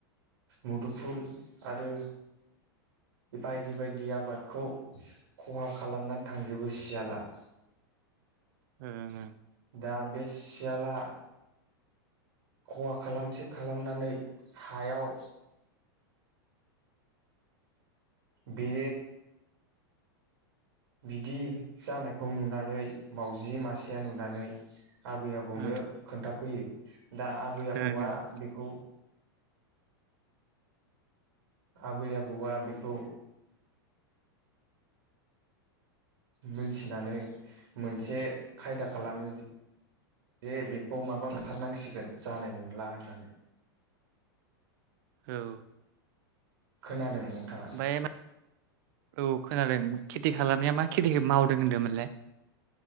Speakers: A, on the right (about 75°); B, on the right (about 60°).
A: मुदुफुल आरो बायदि बायदि आबादखौ खहा खालामनानै थांजोबो सियाला <inaudible>
B: ए ओं ओं।
A: दा बे सियाला खहा खालामसे खालामनानै हायाव बो बिदि जानायखौ नुनानै मावउजि मासेया नुनानै आबै आबौनो
B: ओं
A: खोन्थाफैयो दा आबै आबौआ
B: औ
A: बेखौ आबै आबौआ बेखौ मोनथिनानै मोनसे खायदा खालामो जि जे बेखौ माबा मोनथारनांसिगोन जानाय नंला होननानै।
B: औ।
A: खोनादों नोंथाङा
B: ओमफ्राय मा औ खोनादों खेथि खालामनाया मा खेथि मावदों होनदोंमोन?